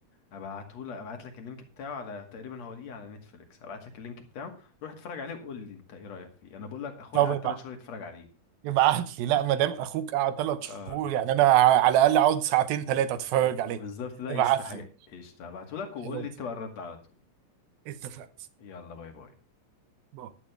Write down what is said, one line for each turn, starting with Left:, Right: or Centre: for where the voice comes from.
Left: ابعته لك ابعت لك اللينك بتاعه على تقريبا هو ليه على نتفليكس ابعت لك اللينك بتاعه روح اتفرج عليه وقول لي انت ايه رأيك فيه انا بقول لك اخويا
Right: طب
Left: قعد
Right: ابع-
Left: 3 شهور يتفرج عليه
Right: ابعت لي لا ما دام اخوك قعد ثلاث شهور
Left: آه
Right: يعني انا ع- على الاقل اقعد ساعتين ثلاثه اتفرج عليه
Left: بالظبط لا
Right: ابعت
Left: يستحق
Right: لي
Left: ايش هبعتهولك
Right: خلاص
Left: وقول لي انت
Right: يعني.
Left: بقى الرد على طول
Right: اتفقنا
Left: يلا باي باي
Right: باي.